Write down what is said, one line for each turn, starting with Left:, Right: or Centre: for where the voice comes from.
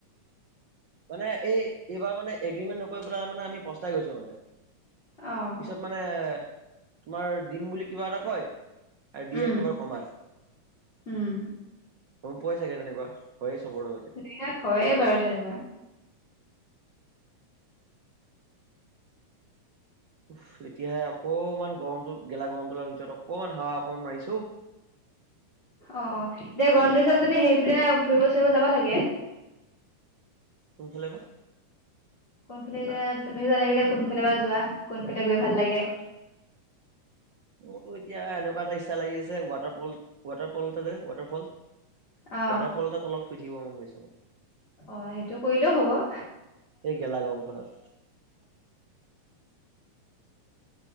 Right: মানে এই-এইবাৰ মানে এগ্ৰিমেণ্ট নকৰি পেলাই মানে আমি পস্তাই গৈছোঁ মানে।
Left: অ'।
Right: পিছত মানে, তোমাৰ দিম বুলি কিবা এটা কয় আৰু দিয়ে
Left: উম
Right: একেবাৰে কমাই।
Left: উম
Right: গম পোৱাই চাগে তেনেকুৱা, হয়েই চবৰ লগত।
Left: এইবিলাক হয়ে বাৰু তেনেকুৱা।
Right: উস্, এতিয়াহে অকমান গৰমটোত-গেলা গৰমটো-ডালৰ ভিতৰত অকমান হাৱা অকমান মাৰিছে ঔ।
Left: অ', এতিয়া গৰম দিছে যদি সেইফালে ফুৰিব-চুৰিব যাব লাগে।
Right: কোনফালে বা?
Left: কোনফালে, তুমিহে জানিবা এতিয়া কোনফালে বা যোৱা, কোনফালে গৈ ভাল লাগে।
Right: মোৰতো এতিয়া এনেকুৱা এটা ইচ্ছা লাগি আছে, ৱাটাৰফল-ৱাটাৰফল এটা যে, ৱাটাৰফল
Left: অ
Right: ৱাটাৰফল এটাৰ তলত শুই থাকিব মন গৈছে মোৰ।
Left: অ', সেইটো কৰিলেও হ'ব, অ'।
Right: এই গেলা গৰমখনত